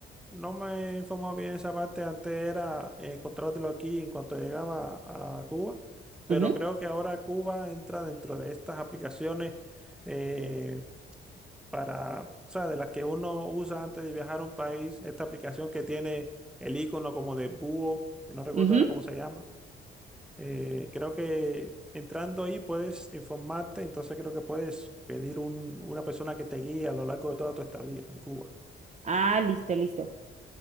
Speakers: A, in the centre; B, on the right.
A: no me informaba bien esa parte, antes era eh, encontrártelo aquí en cuanto llegaba a Cuba, pero
B: Ujú,
A: creo que ahora Cuba entra dentro de estas aplicaciones eh, para, o sea, de las que uno usa antes de viajar a un país, esta aplicación que tiene el icono como de búho, que no recuerdo
B: ujú.
A: ahora cómo se llama. Eh, creo que entrando ahí puedes informarte, entonces creo que puedes pedir un, una persona que te guíe a lo largo de toda tu estadía en Cuba.
B: Ah, listo, listo.